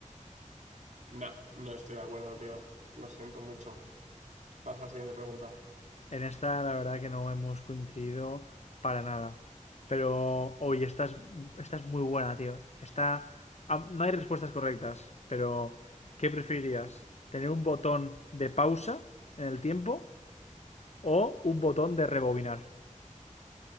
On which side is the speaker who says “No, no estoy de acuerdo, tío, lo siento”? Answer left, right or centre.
Right